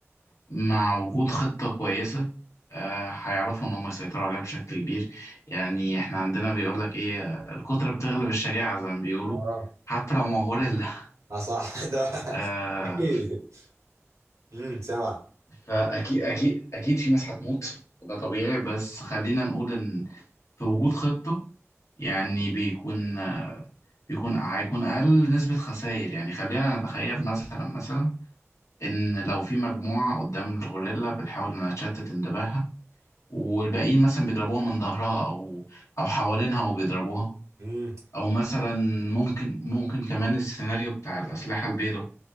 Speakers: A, on the left; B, on the right.
A: مع وجود خطة كويسة آه، هيعرفوا إن هم يسيطروا عليها بشكل كبير يعني إحنا عندنا بيقولك إيه آه، الكترة بتغلب الشجاعة زي ما بيقولوا
B: اه
A: حتى لو ما هو غوريلا <laughs>
B: اه صح <laughs> ده
A: آه،
B: اكيد امم سبعه
A: فأكيد أكيد أكيد في ناس هتموت وده طبيعي بس خلينا نقول إن في وجود خطة يعني بيكون آه، بيكون هيكون أقل نسبة خسائر يعني خلينا نتخيل مثلا مثلا إن لو في مجموعة قدام الغوريلا بتحاول إنها تشتت انتباهها والباقيين مثلا بيضربوها من ظهرها او او حوالينها وبيضربوها
B: امم
A: او مثلا ممكن ممكن كمان السيناريو بتاع الاسلحه البيضاء